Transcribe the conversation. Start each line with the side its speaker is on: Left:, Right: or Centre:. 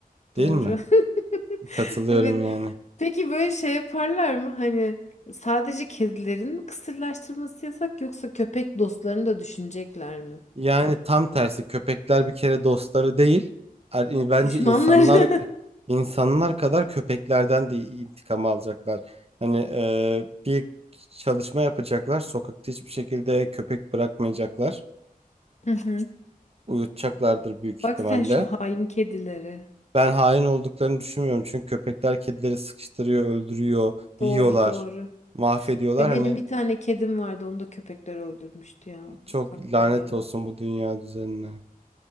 Right: Değil
Left: Doğru.
Right: mi?
Left: <laughs>
Right: Katılıyorum
Left: Evet.
Right: yani.
Left: Peki böyle şey yaparlar mı? Hani sadece kedilerin mi kısırlaştırması yasak yoksa köpek dostlarını da düşünecekler mi?
Right: Yani tam tersi köpekler bir kere dostları değil. Er- in- Bence
Left: Düşmanları.
Right: insanlar insanlar kadar köpeklerden de intikam alacaklar. Hani eee, bir çalışma yapacaklar. Sokakta hiçbir şekilde köpek bırakmayacaklar.
Left: <laughs> Hı hı.
Right: Uyutacaklardır büyük ihtimalle.
Left: Bak sen şu hain kedileri.
Right: Ben hain olduklarını düşünmüyorum. Çünkü köpekler kedileri sıkıştırıyor, öldürüyor, yiyorlar,
Left: Doğru doğru.
Right: mahvediyorlar.
Left: Ve
Right: Hani
Left: benim bir tane kedim vardı onu da köpekler öldürmüştü ya.
Right: çok
Left: Bak aklıma
Right: lanet
Left: geldi.
Right: olsun bu dünya düzenine.